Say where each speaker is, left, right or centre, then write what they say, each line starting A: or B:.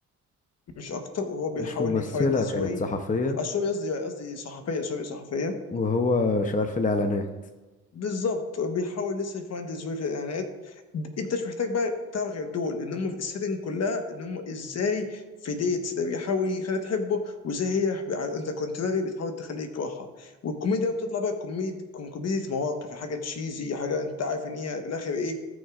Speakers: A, on the left; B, on the left.
A: مش اكتر وهو بيحاول
B: مش ممثلة
A: يفايند هيز
B: كانت
A: واي
B: صحفية
A: سوري قصدي قصدي صحفيه سوري صحفيه
B: وهو شغال في الإعلانات
A: بالظبط بيحاول لسه يفانتز ويه في الاعلانات د- انت مش محتاج بقى تعرف غير دول ان هم في السيتنج كلها ان هم ازاي في ديتس ده بيحاول يخليها تحبه وازاي هي انت كونتراري بتحاول تخليه يكرهها والكوميديا بقى بتطلع بقى كوميد كوم- كوميديا مواقف حاجه تشيزي حاجه انت عارف ان هي في الاخر ايه